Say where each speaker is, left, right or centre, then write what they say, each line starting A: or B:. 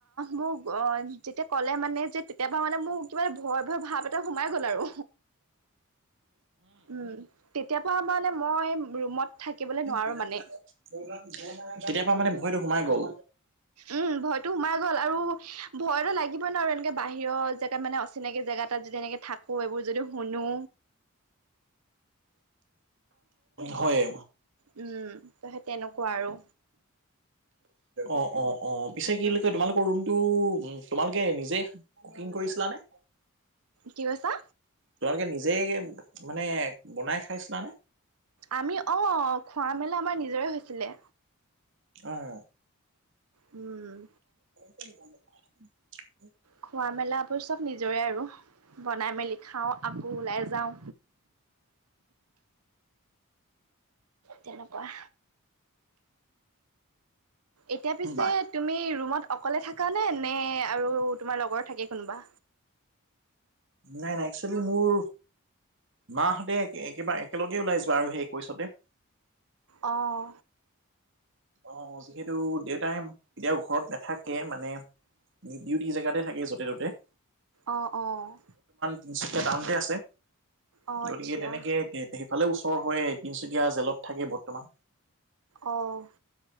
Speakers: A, on the right; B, on the right.
A: মোক যেতিয়া ক'লে মানে যে তেতিয়াপা মানে মোৰ কিবা ভয় ভয় ভাৱ এটা সোমাই গ'ল আৰু উম তেতিয়া পা মানে মই ৰুমত থাকিবলৈ নোৱাৰো
B: তেতিয়াৰ
A: মানে
B: পৰা মানে ভয়টো সোমাই গ'ল
A: উম ভয়তো সোমাই গল আৰু ভয়ত লাগিল লাগিব নোৱাৰো এনেকে বাহিৰৰ জেগাত মানে অচিনাকি জেগা এটাত যদি এনেকে থাকো এইবোৰ যদি শুনো
B: হয়
A: উম ত সেই তেনেকুৱা আৰু
B: অ অ অ পিছে কি কয় তোমালোকৰ ৰুমটো তোমালোকে নিজে কুকিং কৰিছিলা নে
A: কি কৈছা
B: তোমালোকে নিজেই মানে বনাই খাইছিলা নে
A: আমি অ খোৱা মেলা আমাৰ নিজৰে হৈছিলে
B: অহ
A: উম
B: <unintelligible>
A: খোৱা মেলাবোৰ চব নিজৰে আৰু বনাই মেলি খাওঁ আকৌ ওলাই যাওঁ তেনেকুৱা এতিয়া পিছে
B: বা
A: তুমি ৰুমত অকলে থাক নে নে আৰু তোমাৰ লগৰ থাকে কোনোবা
B: নাই নাই একচলি মোৰ মাহঁতে একে একেবাৰে একেলগেই ওলাই যোৱা আৰু সেই একৈছতে
A: অঁ
B: আহ যিহেতু দেউতাই কেতিয়াও ঘৰত নাথাকে মানে ডিউটি জেগাতে থাকে য'তে ত'তে
A: অঁ অঁ
B: তিনিচুকীয়া টাউনতে থাকে আছে
A: অ',
B: গতিকে
A: আচ্ছা
B: তেনেকে ইফালে ওচৰ হয় তিনচুকীয়া জেলত থাকে বৰ্তমান
A: অ'